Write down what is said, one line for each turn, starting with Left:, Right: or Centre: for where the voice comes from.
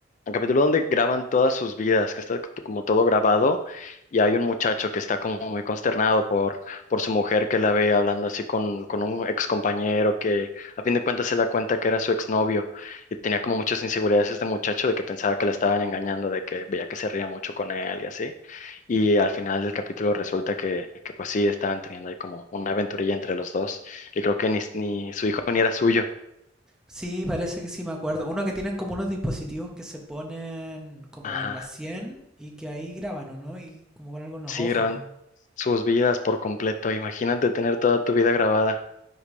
Left: el capítulo donde graban todas sus vidas, que está como todo grabado y hay un muchacho que está como muy consternado por, por su mujer que la ve hablando así con, con un ex compañero que a fin de cuentas se da cuenta que era su exnovio y tenía como muchas inseguridades este muchacho de que pensaba que la estaban engañando, de que veía que se reía mucho con él y así. Y al final del capítulo resulta que, que pues sí, estaban teniendo ahí como una aventurilla entre los dos y creo que ni, ni su hijo ni era suyo.
Centre: Sí, parece que sí, me acuerdo. Uno que tienen como unos dispositivos que se ponen como
Left: Ajá.
Centre: en la 100 y que ahí graban, ¿o no? Y como con algo en los
Left: Sí,
Centre: ojos.
Left: graban sus vidas por completo. Imagínate tener toda tu vida grabada.